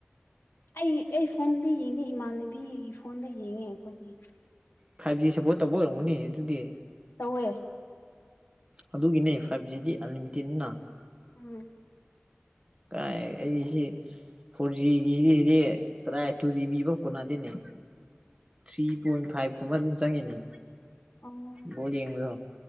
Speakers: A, on the left; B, on the right.
A: ꯑꯩ ꯑꯩ ꯐꯣꯟꯗꯗꯤ ꯌꯦꯡꯗꯦ ꯏꯃꯥꯟꯅꯕꯤꯒꯤ ꯐꯣꯟꯗ ꯌꯦꯡꯉꯦ ꯑꯈꯣꯏꯗꯤ
B: ꯐꯥꯏꯞ ꯖꯤ ꯁꯞꯄꯣꯔꯠ ꯇꯧꯕ ꯑꯣꯏꯔꯝꯒꯅꯤ ꯑꯗꯨꯗꯤ
A: ꯇꯧꯋꯦ
B: ꯑꯗꯨꯒꯤꯅꯦ ꯐꯥꯏꯞ ꯖꯤꯗꯤ ꯑꯟꯂꯤꯃꯤꯇꯦꯠꯅꯤꯅ
A: ꯎꯝ
B: ꯀꯥꯏ ꯑꯩꯁꯤ ꯐꯣꯔ ꯖꯤꯒꯤꯗꯤ ꯀꯗꯥꯏ ꯇꯨ ꯖꯤꯕꯤ ꯕꫭꯛ ꯀꯣꯟꯅꯗꯦꯅꯦ
A: <unintelligible>
B: ꯊ꯭ꯔꯤ ꯄꯣꯏꯟ ꯐꯥꯏꯞ ꯀꯨꯝꯕ ꯑꯗꯨꯝ ꯆꯪꯉꯤꯅꯦ
A: ꯑꯣ
B: ꯕꯣꯜ ꯌꯦꯡꯕꯗꯣ